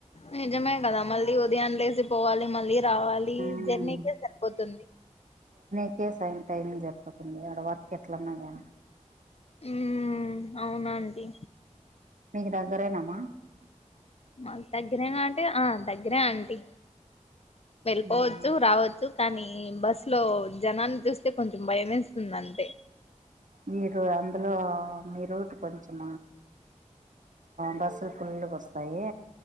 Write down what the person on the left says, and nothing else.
నిజమే కదా మళ్ళీ ఉదయం లేసి పోవాలి మళ్ళీ రావాలి
జర్నీకే సరిపోతుంది
హ్మ్ అవునండి
మ దగ్గరేనా అంటే ఆ దగ్గరే ఆంటీ వెళ్ళిపోవచ్చు
రావచ్చు కానీ బస్సు ఇట్లో జనాన్ని చూస్తే కొంచెం భయం వేస్తుంది అంటే